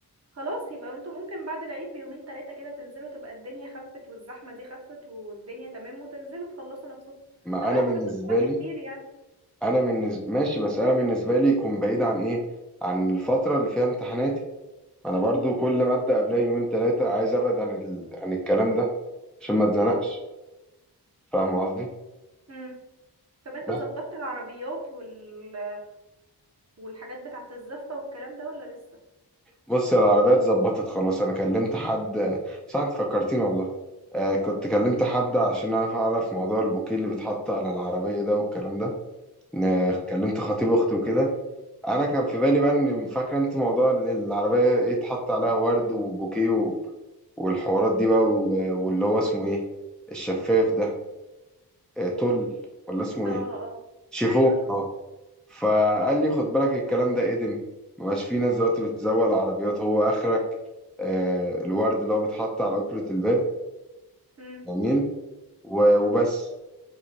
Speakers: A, on the right (about 40°); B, in the centre.
A: خلاص يبقى انتوا ممكن بعد العيد بيومين تلاتة كده تنزلوا تبقى الدنيا خفت والزحمة دي خفت والدنيا تمام وتنزلوا تخلصوا نفسكم
B: ما
A: خلي
B: انا
A: بالك
B: بالنسبه
A: ما بياخدش وقت
B: لي
A: كبير يعني
B: انا بالنسبه ماشي بس انا بالنسبه لي يكون بعيد عن ايه عن الفتره اللي فيها امتحاناتي انا برضو كل ماده قبلها يومين ثلاثه عايز ابعد عن ال... عن الكلام ده عشان ما اتزنقش
A: اه
B: فاهم قصدي
A: امم طب انت
B: بس
A: ظبطت العربيات وال والحاجات بتاعة الزفة والكلام ده ولا لسه
B: بص يا العربيه اتظبطت خلاص انا كلمت حد صح انت فكرتين والله آه كنت كلمت حد عشان اعرف اعرف موضوع البوكيه اللي بيتحط على العربيه ده والكلام ده ن-
A: اه
B: كلمت خطيب اختي وكده انا كان في بالي بقى ان فاكره انت موضوع ان العربيه ايه اتحط عليها ورد وبوكيه و... والحوارات دي بقى
A: اه
B: و... واللي هو اسمه ايه الشفاف ده آه، تل ولا اسمه
A: اه
B: ايه
A: اه
B: شيفون
A: ايوه طب
B: اه فقال لي خد بالك الكلام ده ادم مبقاش في ناس دلوقتي بتزوق العربيات هو اخرك آه الورد اللي هو بيتحط على أكرة الباب
A: امم
B: جميل و... وبس